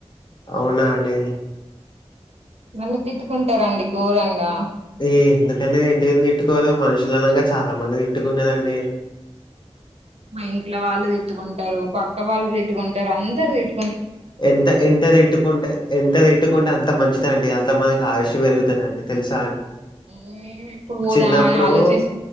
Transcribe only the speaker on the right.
నన్ను తిట్టుకుంటారండి ఘోరంగా
మా ఇంట్లో వాళ్ళు తిట్టుకుంటారు పక్క వాళ్ళు తిట్టుకుంటారు అందరు తిట్టు
మేమి ఎప్పుడు పోదామా
అని ఆలోచిస్త